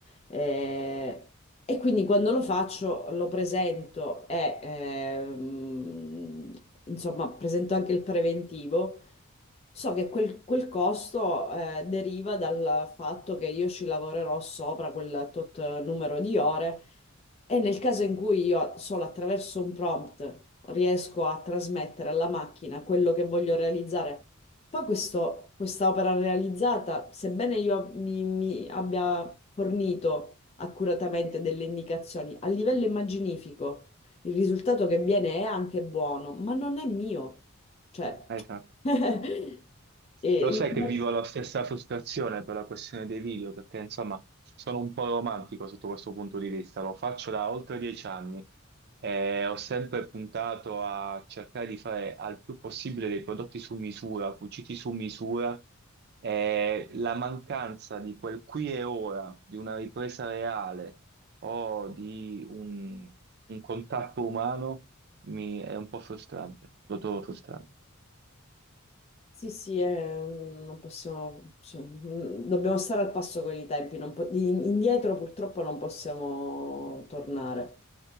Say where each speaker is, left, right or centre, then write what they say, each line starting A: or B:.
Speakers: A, on the left; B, on the right.
A: Eh, E quindi quando lo faccio lo presento e ehm, insomma presento anche il preventivo. So che quel, quel costo eh, deriva dal fatto che io ci lavorerò sopra quel tot numero di ore e nel caso in cui io solo attraverso un prompt riesco a trasmettere alla macchina quello che voglio realizzare, poi questo- questa opera realizzata, sebbene io mi, mi abbia fornito accuratamente delle indicazioni a livello immaginifico, il risultato che viene è anche buono, ma non è mio. Cioè,
B: Esatto.
A: <laughs> e
B: Lo sai
A: il-
B: che vivo la stessa frustrazione per la questione dei video, perché insomma sono un po' romantico sotto questo punto di vista, lo faccio da oltre dieci anni e ho sempre puntato a cercare di fare al più possibile dei prodotti su misura, cuciti su misura e la mancanza di quel qui e ora, di una ripresa reale o di un, un contatto umano mi è un po' frustrante, lo trovo frustrante.
A: sì, sì, eh, non possiamo, so- mm, dobbiamo stare al passo con i tempi, non po- in- indietro purtroppo non possiamo tornare.